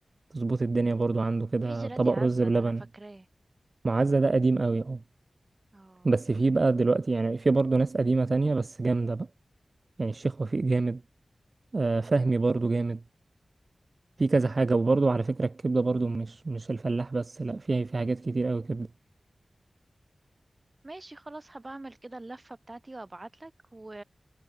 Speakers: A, on the right (about 45°); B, on the right (about 30°).
A: تظبط الدنيا برضو عنده كده
B: في جيلاتي
A: طبق
B: عزة
A: رز بلبن
B: ده انا فاكراه
A: معزة ده قديم قوي اه
B: اه
A: بس في بقى دلوقتي يعني في برضه ناس قديمة تانية بس جامدة بقى يعني الشيخ وفيق جامد آه فهمي برضه جامد في كذا حاجة وبرضه على فكرة الكبدة برضه مش مش الفلاح بس لا فيها في حاجات كتير قوي كبدة
B: ماشي خلاص هبعمل كده اللفة بتاعتي وابعتلك و...